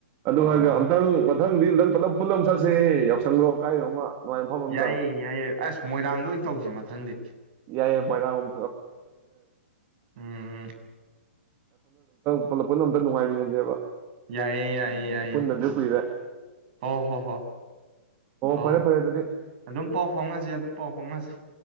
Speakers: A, on the right; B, on the right.
A: ꯑꯗꯨ
B: ꯑꯣ
A: ꯍꯥꯏꯔꯒ ꯑꯃꯝꯛꯇꯪ ꯃꯊꯪꯗꯤ ꯑꯝ ꯄꯨꯂꯞ ꯄꯨꯟꯅꯥ ꯆꯠꯁꯦ ꯌꯥꯎꯁꯪꯗꯣ ꯀꯥꯏꯗꯅꯣꯃ ꯅꯨꯡꯉꯥꯏꯕ ꯃꯐꯝ ꯑꯝꯗ
B: ꯌꯥꯏꯌꯦ ꯌꯥꯏꯌꯦ ꯑꯁ ꯃꯣꯏꯔꯥꯡꯗ ꯑꯣꯏꯅ ꯇꯧꯁꯦ ꯃꯊꯪꯗꯤ
A: ꯌꯥꯏꯌꯦ <unintelligible> <unintelligible> ꯑꯝꯇꯪ
B: ꯎꯝ
A: ꯄꯨꯜꯂꯛ ꯄꯨꯟꯅ ꯑꯝꯇ ꯅꯨꯡꯉꯥꯏꯃꯤꯟꯅꯁꯦꯕ꯫
B: ꯌꯥꯏꯌꯦ ꯌꯥꯏꯌꯦ ꯌꯥꯏꯌꯦ
A: ꯄꯨꯟꯗꯕꯁꯨ
B: ꯑꯝꯊꯣꯛ
A: ꯀꯨꯏꯔꯦ
B: ꯍꯣ ꯍꯣ ꯍꯣ ꯑꯣ
A: ꯐꯔꯦ ꯐꯔꯦ ꯑꯗꯨꯗꯤ
B: ꯑꯗꯨꯝ ꯄꯥꯎ ꯐꯥꯎꯅꯁꯤ ꯑꯗꯨꯝ ꯄꯥꯎ ꯐꯥꯎꯅꯁꯤ꯫